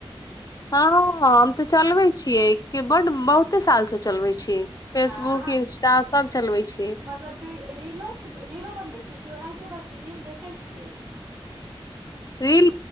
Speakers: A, on the left; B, on the right.
A: हँ हम तऽ चलबैत छियै बड्ड बहुते सालसँ चलबैत छी। फेसबुक
B: आ
A: इंस्टा सब चलबै छी
B: मतलब रीलो रीलो बनबै छी। केओ ओनाहिते बस रील देखै छियै।
A: रील